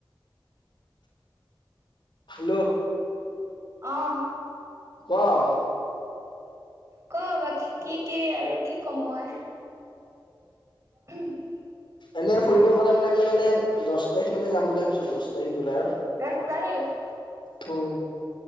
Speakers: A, on the left; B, on the right.
A: খালো।
B: অ'।
A: ক'?
B: ক' বাকী কি কি আৰু কি কম মই? <inaudible>
A: এনেই ফুৰিব গ'লে মানে আমি মানে দহ তাৰিখ মানে যাম বুলি ভাবিছো দহ তাৰিখ জুলাইৰ।
B: দছ তাৰিখ?
A: উম।